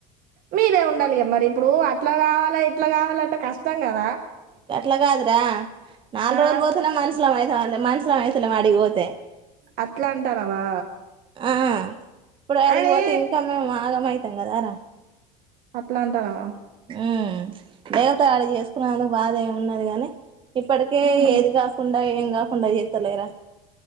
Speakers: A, on the right; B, on the right.
A: మీరే ఉండాలిగా మరి ఇప్పుడు అట్లా గావాలె ఇట్లా గావాలంటే కష్టం కదా.
B: గట్లగాదురా నాల్
A: ఆ
B: రోజులు పోతనే మన్స్ మనుసులమ్ ఐతం అనలే, మనస్లమైతలేం ఆడికిబోతె.
A: అట్లా అంటానవా.
B: ఆ ఇప్పుడె ఆడికి
A: అని
B: పోతే ఇంకా మేం ఆగం అయితం కదార.
A: అట్లా అంటనవ
B: హ్మ్ దేవత ఆడికి చేసుకున్నందుకు బాదేమున్నది గాని. ఇప్పటికే
A: ఉహు
B: ఏది కాకుండా ఏం కాకుండా చే తలేరా